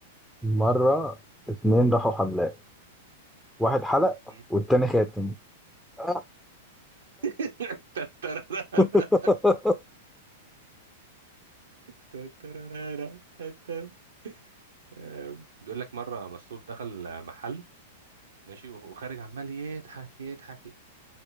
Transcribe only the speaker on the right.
مم.
<laughs> تترارارا،
تترارارا، تتر- آم، بيقول لك مرة مسطول دخل محل ماشي وخارج عمال يضحك يضحك يضحك.